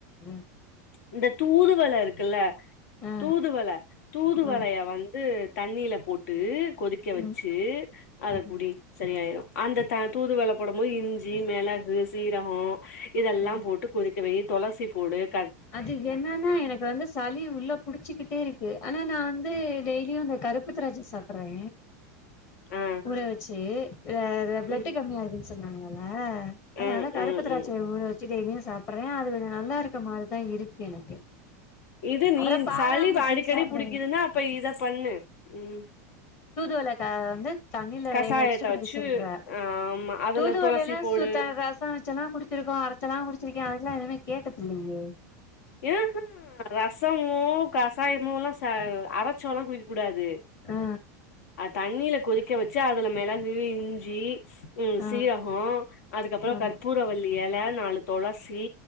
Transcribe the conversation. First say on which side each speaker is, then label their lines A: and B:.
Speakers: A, on the left; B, on the left.
A: ம்
B: இந்த தூதுவளே இருக்கில்லே
A: ஆ
B: தூதுவளே தூதுவளையே
A: ஆ
B: வந்து தண்ணீலே போட்டூ கொதிக்கே வெச்சு
A: ம்
B: அத
A: ம்
B: குடி செரியாயிரோ அந்தே த தூதுவளே போடம் மோது இஞ்சி மெளகு சீரகோ இதெல்லா
A: ஆ
B: போட்டு கொதிக் க்கவெய் தொளசி போடு க
A: அது என்னெனா எனக்கு வந்து சளி உள்ளே புடிச்சுக்கிட்டே இருக் கு ஆனா நா வந்து டெயிலியு அந்த கருப்பு திராட்சா சாப்புட்றே
B: ஆ
A: ஊறே வெச்சு ஆ அது பிளட்டு
B: ம்
A: கம்மியா இருந்ச்சி சொன்னாங்கே நல்லா ஆ அ
B: ம்
A: நாலா கருப்பு
B: ம்
A: திராட்சையே
B: ம்
A: ஊறே வெச்சு டெயிலியு சாப் புறே அது நல்லா இருக்கமா தா இருக் எனக்கு
B: இது நீன்
A: அப்புறோ பாதாம்
B: சளீவு
A: பிசின்
B: அடிக்கடி
A: சாப்பிடுங்க
B: புடிக்குதுனா அப்பே இத பண்ணு ம்
A: தூதுவளேகா வந்து தண்ணில
B: கசாயத்த
A: வேக வெச்சுட்டு குடிக்க
B: வச்சு
A: சொல்ற
B: ஆமா அதுல
A: தூதுவளைல
B: துளசி போடு
A: சு த ரச வெச்செலா குடிச்சிருக்கோ வச்சிலா குடிச்சிருக்கே அதெல்லா கேட்டதுல்லையே
B: ஆஹா ரசமோ கசாயமோல்லா ச அரைச்சல்லா குடிக்க கூடாது வந்து
A: ஆ
B: அ தண்ணியில கொதிக் திக்க வச்சு அதில மெளகு இஞ்சி உம்
A: ஆ
B: சீரகம் அதுக்கப்புற
A: ஆ
B: கற்பூரவல்லி இலை நாலு தொளசி